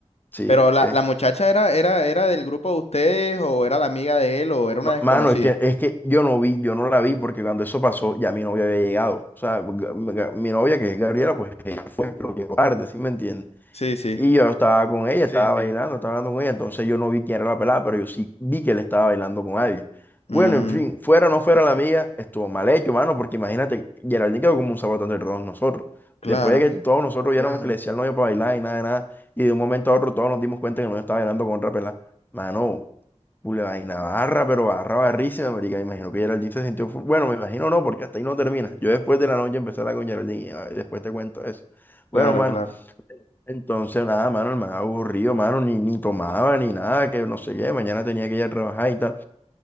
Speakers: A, on the left (about 15°); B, on the left (about 60°).
A: Sí,
B: pero la,
A: ¿qué?
B: la muchacha era, era, era del grupo de ustedes o era la amiga de él o era
A: Ma-
B: una desconocida.
A: Mano, es que, es que yo no vi, yo no la vi porque cuando eso pasó ya mi novia había llegado. O sea, Ga- Ga- mi novia que es Gabriela, pues ella fue, pero llegó tarde, ¿sí me entiendes?
B: Sí, sí.
A: Y yo estaba con ella, Sí, estaba sí. bailando, estaba hablando con ella, entonces yo no vi quién era la pelada, pero yo sí vi que él estaba bailando con alguien. Bueno,
B: Mm,
A: en fin, fuera o no fuera la amiga, estuvo mal hecho, mano, porque imagínate, Geraldine quedó como un zapato de todos nosotros.
B: claro,
A: Después de que todos nosotros ya éramos que le Claro. decía al novio para bailar y nada de nada, y de un momento a otro todos nos dimos cuenta que no estaba bailando con otra pelada. Mano. Pule vaina barra, pero barra barrísima, marica. Me imagino que Geraldine se sintió. fu- Bueno, me imagino no, porque hasta ahí no termina. Yo después de la noche empecé a hablar con Geraldine y a después te cuento eso.
B: claro,
A: Bueno, mano,
B: claro.
A: entonces nada, mano, el man aburrido, mano, ni, ni tomaba ni nada, que no sé qué. Mañana tenía que ir a trabajar y tal.